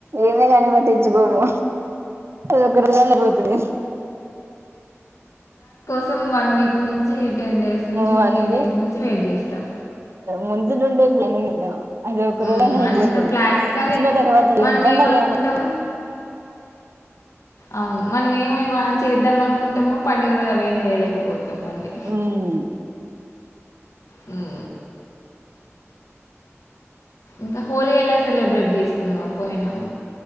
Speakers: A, on the right; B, on the left.
A: ఏమే గాని పట్టించుకోము దగ్గరగానే పోయోతిరి
B: మొత్తం వన్ వీక్ నుంచి టెన్ డేస్ నుంచి
A: వన్
B: ఫిఫ్టీన్
A: వీక్
B: డేస్ నుంచి వెయిట్ చేస్తాం
A: ముందు నుండి లెనిన్ ఉంటనమా అది ఒక
B: ఉమ్,
A: రోజన అయిపోతది
B: అంత ప్లాన్ కానీ
A: వచ్చిన తర్వాత
B: మనం
A: ఏం పండగ్లె
B: ఏమనుకుంటాము
A: అనే
B: అవును మనం ఏమేమో చేద్దాం అనుకుంటామో పండుగ రోజు అవేం చేయలేకపోత మళ్ళీ
A: ఉమ్
B: హుమ్ ఇంకా హోలీ ఎలా సెలబ్రేట్ చేసుకున్నాం పోయినాము